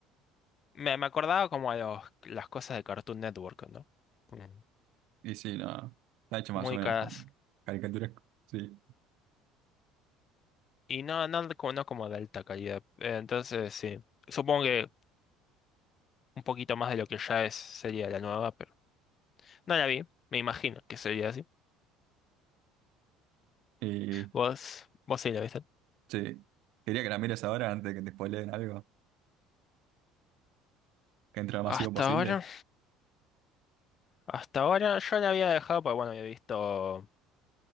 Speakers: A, on the left (about 40°); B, on the right (about 70°).
A: me, me acordaba como a los, las cosas de Cartoon Network, ¿no? Como
B: Y sí, no. Está hecho más
A: Muy
B: o menos
A: caras.
B: con caricaturesco. Sí.
A: Y no, no, de- como- no como de alta calidad. Eh, Entonces, sí. Supongo que un poquito más de lo que ya es sería la nueva, pero no la vi. Me imagino que sería así.
B: Y
A: Vos, vos sí la viste.
B: Sí. Quería que la mires ahora antes de que te spoileen algo. Que entre lo más
A: Hasta
B: masivo posible.
A: ahora, hasta ahora yo la había dejado, porque bueno, había visto.